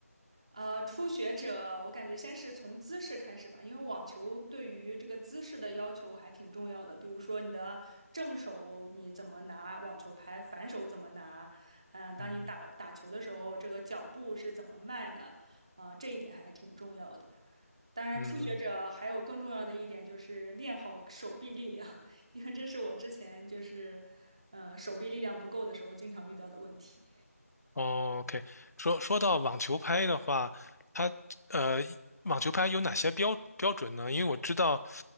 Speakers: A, on the right; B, on the left.
A: 呃，初学者，我感觉先是从姿势开始吧，因为网球对于这个姿势的要求还挺重要的。比如说你的正手你怎么拿网球拍，反手怎么拿，嗯、当你打打球的时候，
B: 嗯
A: 这个脚步是怎么迈的，呃，这一点还挺重要的。当然，
B: 嗯
A: 初学者还有更重要的一点就是练好手臂力量，<laughs> 因为这是我之前就是，呃，手臂力量不够的时候经常遇到的问题。
B: 哦 OK，说说到网球拍的话，它呃，网球拍有哪些标标准呢？因为我知道，